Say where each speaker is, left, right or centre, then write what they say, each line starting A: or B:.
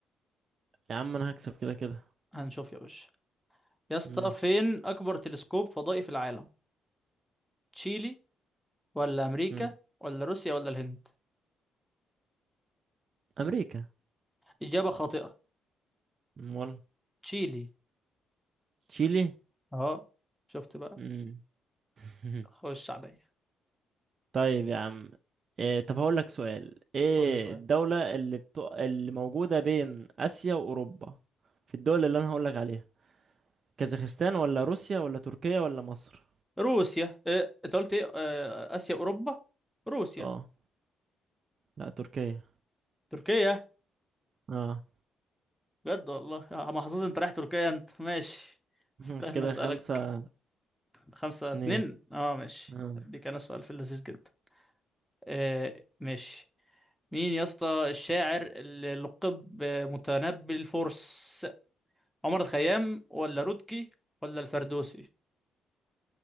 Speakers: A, on the right; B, in the centre.
A: يا عم انا هكسب كده كده
B: هنشوف يا باشا يا اسطى
A: مم.
B: فين اكبر تلسكوب فضائي في العالم تشيلي ولا امريكا
A: مم.
B: ولا روسيا ولا الهند
A: امريكا
B: اجابة خاطئة
A: امال
B: تشيلي
A: تشيلي
B: اه شفت بقى
A: مم. <laughs>
B: خش عليا
A: طيب يا عم إيه طب هقول لك سؤال ايه
B: قول لي سؤال
A: الدولة اللي بتو... اللي موجودة بين اسيا واوروبا في الدول اللي انا هقول لك عليها كازاخستان ولا روسيا ولا تركيا ولا مصر
B: روسيا اه انت قلت ايه اه اسيا اوروبا روسيا
A: اه لا تركيا
B: تركيا
A: اه
B: بجد والله يا محظوظ انت رايح تركيا انت ماشي
A: <laughs>
B: استنى
A: كده
B: اسالك
A: خمسة
B: خمسة
A: اتنين
B: اتنين اه ماشي
A: آه.
B: هديك انا سؤال في اللذيذ جدا آه ماشي مين يا اسطى الشاعر اللي لقب متنبي الفرس عمر الخيام ولا رودكي ولا الفردوسي